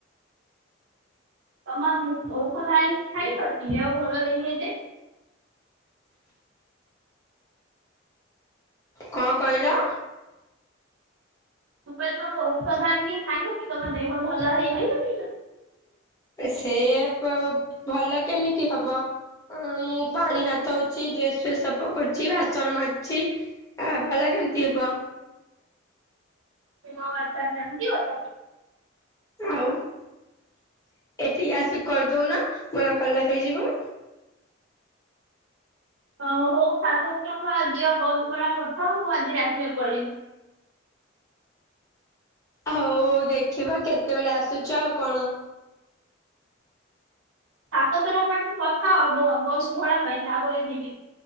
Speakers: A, on the right (about 85°); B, on the left (about 15°).
A: ତମ ଔଷଧ ଆଣିକି ଖାଇଲ ଦିହ ଭଲ ହେଇନି ଏ ଯାଏଁ।
B: କଣ କହିଲ?
A: ମୁଁ କହିଲି ତମ ଔଷଧ ଆଣିକି ଖାଇବ କି ତମ ଦେହ ଭଲ ହେଇନେଇ।
B: ସେ ପ ଭଲ କେମିତି ହବ? ଉଁ ମୁଁ ପାଣି ହାତ ହଉଛି ଡ୍ରେସ୍ ଫେସ୍ ସଫା କରୁଛି ବାସନ ମାଜୁଛି। ଆ ଭଲ କେମିତି ହବ।
A: ହଉ ଅଛା ଆଛା ଏମିତି କଥା।
B: ଆଉ ଏଠିକି ଆସିକି କରିଦଉନ ମୋର ଭଲ ହେଇଯିବ।
A: ହଉ ହଉ ସାତଶହ ଟଙ୍କା ଦିଅ ଫୋନ୍ ପେରେ ପଠାଅ ମୁଁ ଆଜି ରାତିରେ ପଳେଇବି।
B: ହଉ ଦେଖିବା କେତେବେଳେ ଆସୁଛ ଆଉ କଣ?
A: ସାତ ଶହ ଟଙ୍କା ପଠାଅ ମୋ ବସ୍ ଭଡା ପାଇଁ ତାପରେ ଯିବି।